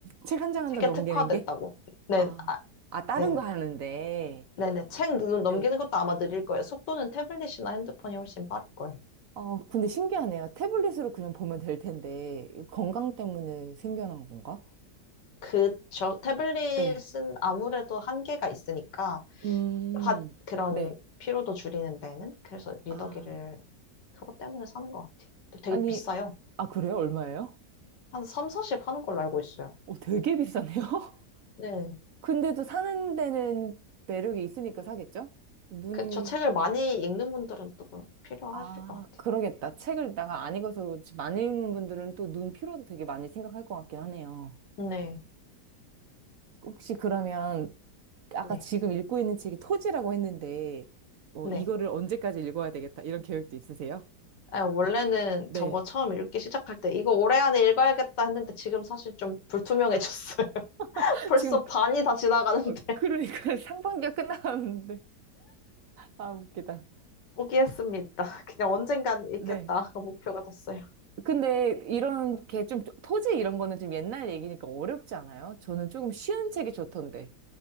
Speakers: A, on the right; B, on the left.
A: 책 한 장 한
B: 책에
A: 장 넘기는
B: 특화됐다고.
A: 게?
B: 네,
A: 아,
B: 아,
A: 아, 다른
B: 네.
A: 거 하는데.
B: 네네. 책 눈- 넘기는
A: 네.
B: 것도 아마 느릴 거예요. 속도는 태블릿이나 핸드폰이 훨씬 빠를 거예요.
A: 어, 근데 신기하네요. 태블릿으로 그냥 보면 될 텐데, 이거 건강 때문에 생겨난 건가?
B: 그저 태블릿은
A: 네.
B: 아무래도 한계가 있으니까,
A: 음,
B: 화- 그런
A: 네.
B: 피로도 줄이는 데는. 그래서 리더기를
A: 아,
B: 그것 때문에 사는 것 같아요. 근데 되게
A: 아니,
B: 비싸요.
A: 아, 그래요? 얼마예요?
B: 한 3, 40 하는 걸로 알고 있어요.
A: 어, 되게 비싸네요? <laughs>
B: 네.
A: 근데도 사는 데는 매력이 있으니까 사겠죠? 눈이,
B: 그쵸. 책을 많이 읽는 분들은 또 필요하실
A: 아,
B: 것 같아요.
A: 그러겠다. 책을 내가 안 읽어서 그렇지. 많은 분들은 또 눈 피로도 되게 많이 생각할 것 같긴 하네요.
B: 네.
A: 혹시 그러면 아까
B: 네.
A: 지금 읽고 있는 책이 토지라고 했는데, 뭐,
B: 네.
A: 이거를 언제까지 읽어야 되겠다, 이런 계획도 있으세요?
B: 아, 원래는
A: 네.
B: 저거 처음 읽기 시작할 때, 이거 올해 안에 읽어야겠다 했는데 지금 사실 좀 불투명해졌어요.
A: <laughs>
B: 벌써
A: 지금,
B: 반이 다 지나가는데
A: 어,
B: <laughs>
A: 그러니까 <laughs> 상반기가 끝나가는데. 아, 웃기다.
B: 포기했습니다. 그냥 언젠간 읽겠다.
A: 네.
B: 그 목표가 됐어요.
A: 근데 이런 게 좀, 토지 이런 거는 좀 옛날 얘기니까 어렵지 않아요? 저는 조금 쉬운 책이 좋던데.